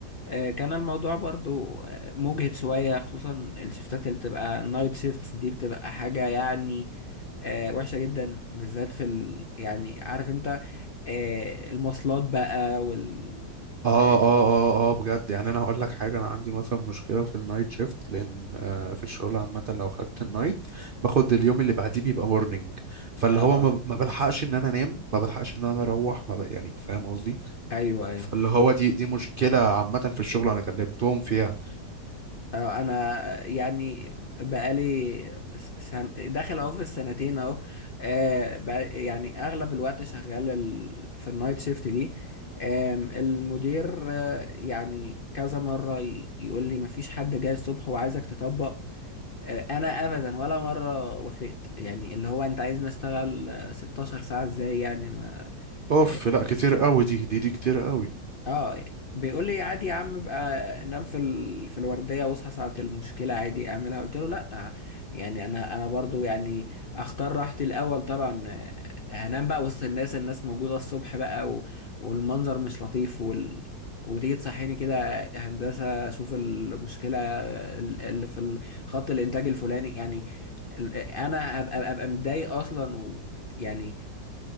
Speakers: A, on the left; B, on the right.
A: آه، كان الموضوع برضو آه، مجهد شوية خصوصا الشفتات اللي بتبقى نايت شيفتس دي بتبقى حاجة يعني آه، وحشة جدا بالذات في ال... يعني عارف انت آه، المواصلات بقى وال
B: اه
A: اه
B: اه اه اه بجد يعني انا هقول لك حاجه انا عندي مثلا مشكله في النايت شيفت لان آه في الشغل عامه لو خدت النايت باخد اليوم اللي بعديه بيبقى مورنينج فاللي
A: آه،
B: هو ما ما بلحقش ان انا انام ما بلحقش ان انا اروح ما بق يعني فاهم قصدي
A: ايوه ايوه
B: فاللي هو دي دي مشكله عامه في الشغل انا كلمتهم فيها
A: آه، انا يعني بقالي س- سن... داخل اهو في السنتين اهو آه، بق- يعني اغلب الوقت شغال ال... في النايت شيفت دي آم، المدير آه، يعني كذا مرة ي- يقول لي مفيش حد جاي الصبح وعايزك تطبق آه، انا ابدا ولا مرة وافقت يعني اللي هو انت عايزني اشتغل آه، 16 ساعة ازاي يعني ما
B: اوف
A: آه،
B: لا كتير قوي دي دي دي كتير قوي
A: اه بيقول لي عادي يا عم بقى نام في ال... في الورديه واصحى ساعه المشكله عادي اعملها قلت له لا يعني انا انا برضو يعني اختار راحتي الاول طبعا آه، هنام بقى وسط الناس الناس موجوده الصبح بقى و... والمنظر مش لطيف وال... وتيجي تصحيني كده هندسه شوف المشكله ال- اللي في ال- خط الانتاج الفلاني يعني ال- انا ابقى ابقى متضايق اصلا ويعني